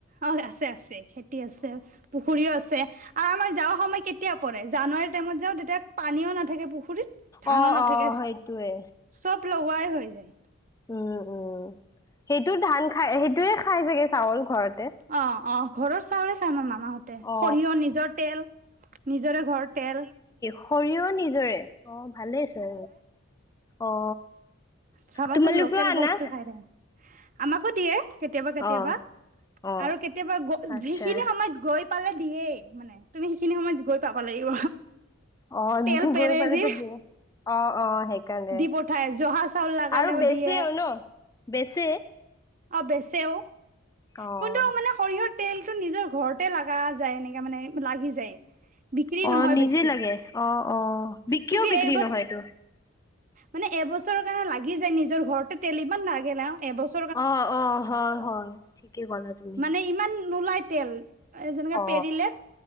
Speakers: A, on the right; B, on the left.
A: অ আছে আছে খেতি আছে পুখুৰীও আছে আৰু আমাৰ যাৱ সময় কেতিয়া ৰে জানুৱাৰী টাইমত যাওঁ তেতিয়া পানীও নাথাকে পুখুৰীত। ধানো
B: অ
A: নাথাকে
B: অ সেইটোৱে
A: চব লগোৱাই হৈ যায়।
B: উম, উম, সেইটো ধান খাই, সেইটোয়ে খাই চাগে চাউল ঘৰতে
A: অ', অ', ঘৰৰ চাউৰে খা ন মামাহঁত
B: অ
A: সৰিয়হ, নিজৰ তেল নিজৰে ঘৰ তেল
B: সৰিয় নিজৰে, অ', ভালেই চ অ
A: চাবাচোন
B: তোমালোকেও
A: লোকেল
B: আনা
A: বস্তু খাই, থে আমাকো দিয়ে কেতিয়াবা, কেতিয়াবা,
B: অ অ
A: আৰু কেতিয়াবা, গ
B: আচ্ছা
A: যিখিনি সময়ত গৈ পালে দিয়েই মানে, তুমি সেইখিনি সময়ত গৈ পাবা লাগিব
B: অ',
A: তেল পেৰে
B: গৈ পাল
A: যি
B: তাক অ', অ', সেইকাৰণে,
A: দি পঠাই জহা চাউল লাগালেও
B: আৰু বেছিও
A: দিয়ে
B: ন বেছি
A: অ', বেচে অ',
B: অ
A: কোনটো মানে সৰিয়হৰ তেলতো, নিজৰ ঘৰতে লগা যায় এনেকাে মানে লাগি যায় বিক্ৰী
B: অ
A: নহয়
B: নিজে
A: বেছি,
B: লাগে অ অ বিকিও
A: কি
B: বিক্ৰী
A: এইবছৰ
B: নহয় এইটো
A: মানে, এবছৰৰ কাৰণে লাগি যায়, নিজৰ ঘৰতে তেল ইমান নাগে আৰু এবছৰ
B: অ', অ', হয়, হয়, ঠিকেই ক'লা তুমি
A: মানে ইমান নোলায় তেল, এ যেনেকে
B: অ
A: পেৰিলে